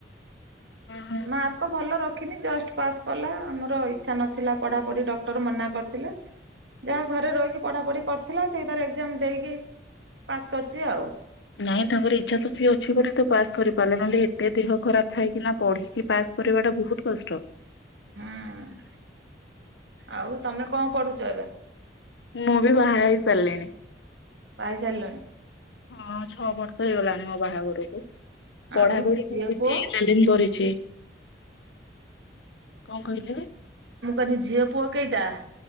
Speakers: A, on the left; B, on the right.
A: ହଁ।
B: ମାର୍କ ଭଲ ରଖିନି ଜଷ୍ଟ ପାସ୍ କଲା ଆମର ଇଚ୍ଛା ନଥିଲା ପଢାପଢି ଡକ୍ଟର ମନା କରିଥିଲେ ଯାହା ଘରେ ରହିକି ପଢ଼ାପଢ଼ି କରିଥିଲା ସେଇଥାରେ ଏକ୍ଜାମ ଦେଇକି ପାସ୍ କରିଛି ଆଉ।
A: ନାଇଁ ତାଙ୍କର ଇଚ୍ଛା ଶକ୍ତି ଅଛି ବୋଲି ତ ପାସ୍ କରି ପାରିଲେ ନହେଲେ ଏତେ ଦେହ ଖରାପ ଥାଇ କି ନା ପଢି କି ପାସ୍ କରିବା ଟା ବହୁତ କଷ୍ଟ।
B: ହୁଁ ଆଉ ତମେ କଣ ପଢୁଚ ଏବେ?
A: ମୁଁ ବି ବାହା ହେଇ ସାରିଲିଣି।
B: ବାହା ହେଇ ସାଇଲଣି।
A: ହଁ ଛଅ ବର୍ଷ ହେଇଗଲାଣି ମୋ ବାହାଘରକୁ ପଢାପଢି
B: ଆଉ ଝିଅ
A: କରୁଛି
B: ପୁଅ
A: ଏ ତାଲିମ କରିଛି କଣ କହିଲେ?
B: ମୁଁ କହିଲି ଝିଅ ପୁଅ କେଇ ଟା?